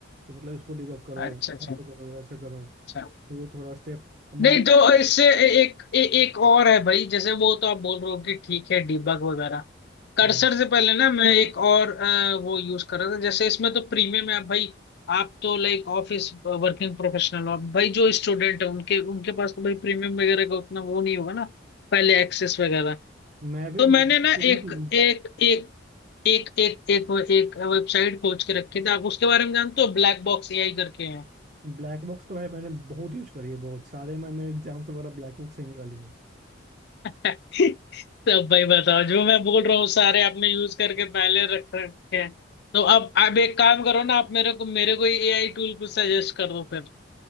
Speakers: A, on the right; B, on the left.
A: कि मतलब इसको डिबग करो
B: अच्छा अच्छा
A: ऐसे करो ऐसे करो तो
B: अच्छा
A: वो थोड़ा स्टेप्स मान
B: नहीं
A: लो
B: तो इससे ए- एक ए, एक और है भाई जैसे वो तो आप बोल रहे हो कि ठीक है डीबग वगैरह कर्सर
A: हम्म,
B: से पहले ना मैं एक और अ, वो यूज कर रहा था जैसे इसमें तो प्रीमियम है भाई आप तो लाइक ऑफिस वर्किंग प्रोफेशनल हो भाई जो स्टूडेंट है उनके उनके पास तो भाई प्रीमियम वगैरह का उतना वो नहीं होगा ना पहले एक्सेस वगैरह
A: मैं भी
B: तो मैंने
A: मैं भी
B: ना
A: स्टूडेंट
B: एक
A: ही हूँ
B: एक एक एक एक एक वो- एक वेबसाइट खोज के रखे थे आप उसके बारे में जानते हो ब्लैक बॉक्स एआई करके हैं
A: ब्लैक बॉक्स तो भाई मैंने बहुत यूज करी है बहुत सारे मैंने एग्जाम्स वगैरह ब्लैक बॉक्स से ही निकाली है
B: <laughs> तो अब भाई बताओ जो मैं बोल रहा हूँ सारे आपने यूज करके पहले रख रखे हैं तो अब आप एक काम करो ना आप मेरे को मेरे को एआई टूल कुछ सजेस्ट कर दो फिर